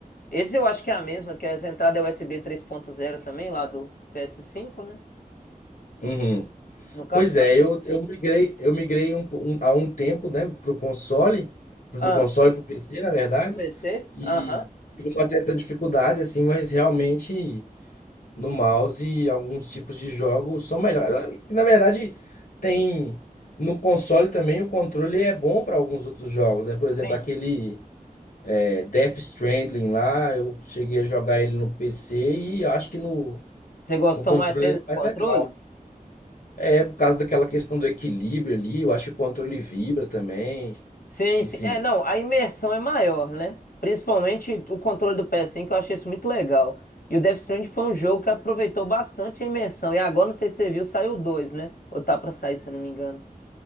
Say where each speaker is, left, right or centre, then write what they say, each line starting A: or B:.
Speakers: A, on the left (about 80°); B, on the left (about 65°).
A: Esse eu acho que é a mesma, que é as entradas U S B três ponto zero também, lá do ps cinco, né?
B: Uhum.
A: No caso,
B: Pois
A: tá.
B: é, eu, eu migrei, eu migrei um, po- um- há um tempo, né, pro console, pro-
A: Ah,
B: do console pro PC, na verdade,
A: pro PC?
B: e
A: Aham.
B: tive uma certa dificuldade, assim, mas realmente no mouse alguns tipos de jogos são melhores. Na verdade, tem no console também o controle é bom para alguns outros jogos, né? Por exemplo,
A: Sim.
B: aquele é, Death Stranding lá, eu cheguei a jogar ele no PC e eu acho que no,
A: Você gostou
B: no controle
A: mais dele
B: ele é
A: do
B: mais
A: controle?
B: legal. É, por causa daquela questão do equilíbrio ali, eu acho que o controle vibra também,
A: Sim,
B: enfim.
A: sim. É, não, a imersão é maior, né? Principalmente o controle do PS5, eu achei isso muito legal. E o Death Stranding foi um jogo que aproveitou bastante a imersão. E agora, não sei se você viu, saiu o 2, né? Ou tá pra sair, se eu não me engano.